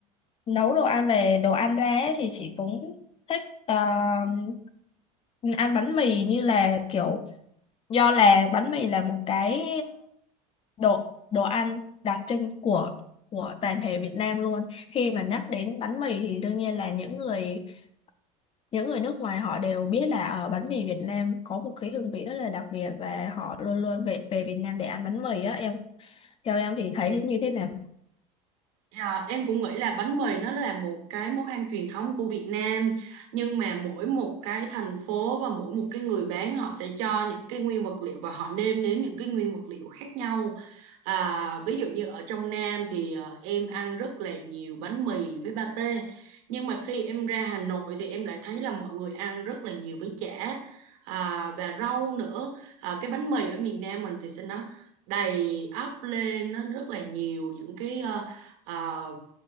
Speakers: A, on the left; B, on the right.
A: nấu đồ ăn về đồ ăn ra ấy, thì chị cũng thích ờm, ăn bánh mì như là kiểu do là bánh mì là một cái đồ đồ ăn đặc trưng của của toàn thể Việt Nam luôn khi mà nhắc đến bánh mì thì đương nhiên là những người những người nước ngoài họ đều biết là ở bánh mì Việt Nam có một cái hương vị rất là đặc biệt và họ luôn luôn về về Việt Nam để ăn bánh mì á em theo em thì thấy như thế nào
B: À, em cũng nghĩ là bánh mì nó là một cái món ăn truyền thống của Việt Nam nhưng mà mỗi một cái thành phố và mỗi một cái người bán họ sẽ cho những cái nguyên vật liệu và họ nêm nếm những cái nguyên vật liệu khác nhau à, ví dụ như ở trong Nam thì ờ, em ăn rất là nhiều bánh mì với pate nhưng mà khi em ra Hà Nội thì em lại thấy là mọi người ăn rất là nhiều với chả à, và rau nữa à, cái bánh mì ở miền Nam mình thì sẽ nó đầy ắp lên nó rất là nhiều những cái ờ, ờ,